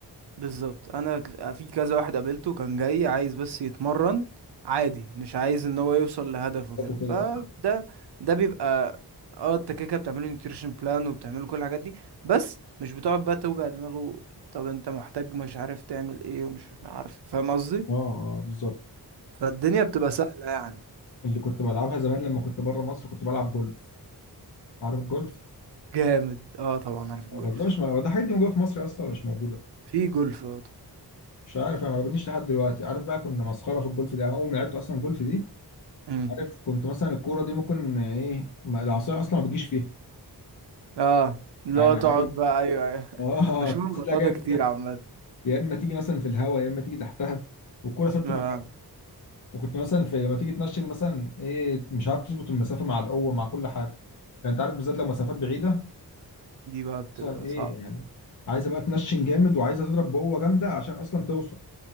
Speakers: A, on the right; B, on the left.
A: بالظبط انا ك- في كذا واحد قابلته كان جاي عايز بس يتمرن عادي مش عايز ان هو يوصل لهدفه
B: وكده
A: كده فده
B: اه
A: ده بيبقى اه انت كده كده بتعمله نيوتريشن بلان وبتعمله كل الحاجات دي بس مش بتقعد بقى توجع دماغه طب انت محتاج مش عارف تعمل ايه ومش عارف فاهم قصدي
B: اه آه، بالظبط
A: فالدنيا بتبقى سهلة يعني
B: اللي كنت بلعبها زمان لما كنت بره مصر كنت بلعب جولف عارف الجولف
A: جامد اه طبعا عارف الجولف
B: بس ده مش م... هو ده حاجات دي موجوده في مصر اصلا ولا مش موجوده
A: في جولف اه طبعا
B: مش عارف انا ما ببنيش لحد دلوقتي عارف بقى كنا مسخره في الجولف دي أنا اول ما لعبت اصلا جولف دي
A: مم.
B: عارف كنت مثلا الكوره دي ممكن ايه ما- العصايه اصلا ما بتجيش فيها
A: اه اللي
B: يعني
A: هو
B: عايز
A: تقعد بقى ايوه ايوه <laughs>
B: اه
A: بشوف الموضوع
B: لا جايه
A: ده كتير
B: فيها
A: عامة
B: يا اما تيجي مثلا في الهواء يا اما تيجي تحتها والكوره ثابته
A: اه
B: مكانها وكنت مثلا في لما تيجي تنشن مثلا ايه مش عارف تظبط المسافه مع القوه مع كل حاجه يعني انت عارف بالذات لو مسافات بعيده
A: دي بقى بتبقى
B: مثلا ايه
A: صعبة
B: يعني عايزه بقى تنشن جامد وعايزه تضرب بقوه جامده عشان اصلا توصل